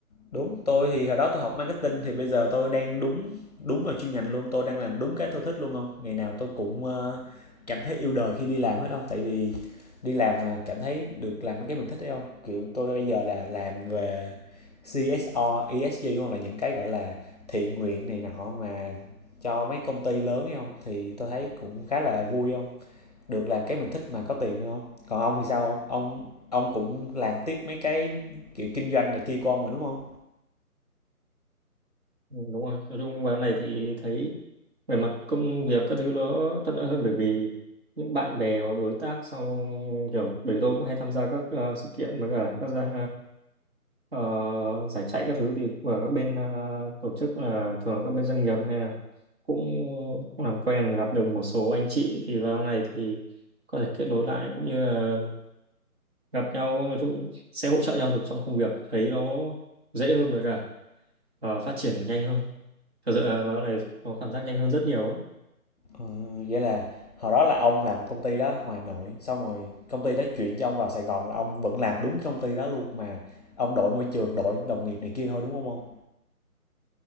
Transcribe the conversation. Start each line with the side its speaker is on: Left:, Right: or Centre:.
Left: Đúng, tôi thì hồi đó tôi học marketing thì bây giờ tôi đang đúng đúng vào chuyên ngành luôn, tôi đang làm đúng cái tôi thích luôn không Ngày nào tôi cũng ờ, cảm thấy yêu đời khi đi làm hết không tại vì đi làm mà cảm thấy được làm mấy cái mình thích đấy không? Kiểu tôi bây giờ là làm về CSR, ESG đúng không? Là những cái gọi là thiện nguyện này nọ mà cho mấy công ty lớn ấy không? Thì tôi thấy cũng khá là vui không? Được làm cái mình thích mà có tiền nữa không? Còn ông thì sao không? Ông ông cũng làm tiếp mấy cái kiểu kinh doanh này kia của ông mà đúng không?
Right: ừ, đúng rồi nói chung vào này thì thấy về mặt công việc các thứ nó thuận lợi hơn bởi vì những bạn bè hoặc đối tác sau kiểu bởi vì tôi cũng hay tham gia các ờ, sự kiện với cả các gia, ờ, giải chạy các thứ thì và các bên ờ, tổ chức là thường là các bên doanh nghiệp này là cũng cũng làm quen gặp được một số anh chị thì vào này thì có thể kết nối lại cũng như là gặp nhau nói chung sẽ hỗ trợ nhau được trong công việc thấy nó dễ hơn với cả ờ, phát triển nhanh hơn thật sự là vào này có cảm giác nhanh hơn rất nhiều ấy.
Left: Ờ, vậy là hồi đó là ông làm công ty đó ngoài Hà Nội, xong rồi công ty đó chuyển cho ông vào Sài Gòn là ông vẫn làm đúng công ty đó luôn mà ông đổi môi trường, đổi đồng nghiệp này kia thôi đúng không ông?